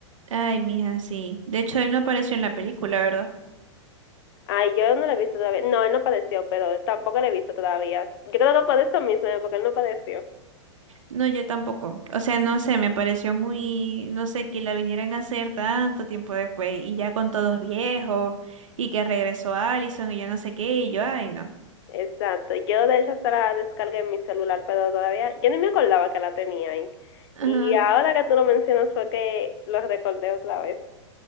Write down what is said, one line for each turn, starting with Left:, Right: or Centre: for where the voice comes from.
Right: Ay, mija, sí. De hecho, él no apareció en la película, ¿verdad?
Left: Ay, yo no lo he visto todavía. No, él no padeció, pero tampoco lo he visto todavía. Yo creo que por eso mismo, porque él no padeció.
Right: No, yo tampoco. O sea, no sé, me pareció muy, no sé, que la vinieran a hacer tanto tiempo después y ya con todos viejos y que regresó Allison y yo no sé qué y yo, ay, no.
Left: Exacto. Yo de hecho hasta la descargué en mi celular, pero todavía yo ni me acordaba que la tenía ahí.
Right: Ajá.
Left: Y ahora que tú lo mencionas fue que lo recordé otra vez.